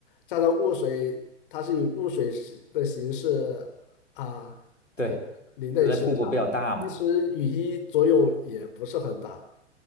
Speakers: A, on the left (about 45°); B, on the left (about 85°).
A: 加上雾水，它是以雾水是的形式啊的淋在你身上。
B: 对，它那瀑布比较大嘛。
A: 其实雨衣作用也不是很大，